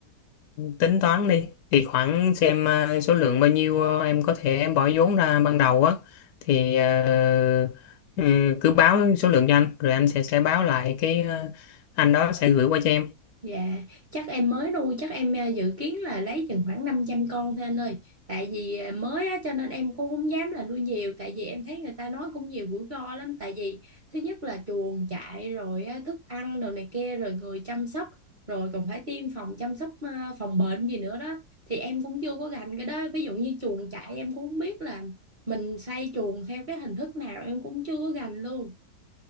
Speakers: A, on the left (about 70°); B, on the right (about 45°).
A: tính toán đi thì khoảng xem ờ, số lượng bao nhiêu ờ, em có thể em bỏ vốn ra ban đầu á thì ờ, ừ, cứ báo số lượng cho anh rồi anh sẽ sẽ báo lại cái ờ, anh đó sẽ gửi qua cho em
B: Dạ, chắc em mới nuôi, chắc em à, dự kiến là lấy chừng khoảng 500 con thôi anh ơi. Tại vì à, mới á, cho nên em cũng không dám là nuôi nhiều. Tại vì em thấy người ta nói cũng nhiều rủi ro lắm. Tại vì thứ nhất là chuồng trại, rồi á, thức ăn, đồ này kia, rồi người chăm sóc. Rồi còn phải tiêm phòng chăm sóc à, phòng bệnh gì nữa đó. Thì em cũng chưa có gành cái đó. Ví dụ như chuồng trại em cũng không biết là mình xây chuồng theo cái hình thức nào em cũng chưa có gành luôn.